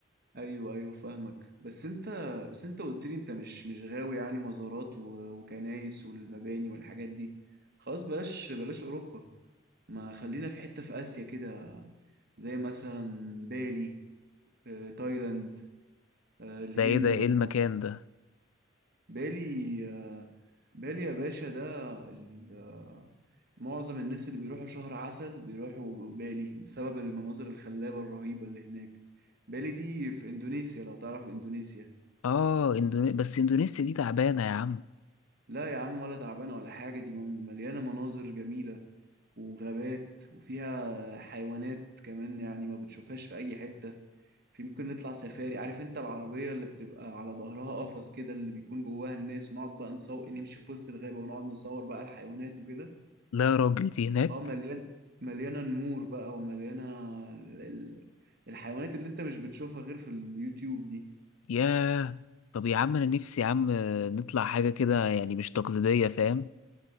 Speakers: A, on the right; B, on the left.
A: ايوه ايوه فاهمك بس انت بس انت قلت لي انت مش مش غاوي يعني مزارات و... وكنايس والمباني والحاجات دي خلاص بلاش بلاش اوروبا ما خلينا في حته في اسيا كده زي مثلا بالي آه، تايلاند آه، الهند
B: ده ايه ده ايه
A: مثلا
B: المكان ده
A: بالي آه، بالي يا باشا ده ال- آه، معظم الناس اللي بيروحوا شهر عسل بيروحوا بالي بسبب المناظر الخلابة الرهيبة اللي هناك بالي دي في إندونيسيا لو تعرف إندونيسيا
B: اه اندوني... بس اندونيسيا دي تعبانة يا عم
A: لا يا عم ولا تعبانة ولا حاجة دي من- مليانة مناظر جميلة وغابات وفيها حيوانات كمان يعني ما بتشوفهاش في أي حتة في ممكن نطلع سفاري عارف انت العربية اللي بتبقى على ظهرها قفص كده اللي بيكون جواها الناس ونقعد بقى نصور نمشي في وسط الغابة ونقعد نصور بقى الحيوانات وكده
B: لا يا راجل دي هناك
A: اه مليان مليانه نمور بقى ومليانه ال- ال- الحيوانات اللي انت مش بتشوفها غير في اليوتيوب دي
B: ياه طب يا عم انا نفسي يا عم نطلع حاجة كده يعني مش تقليدية فاهم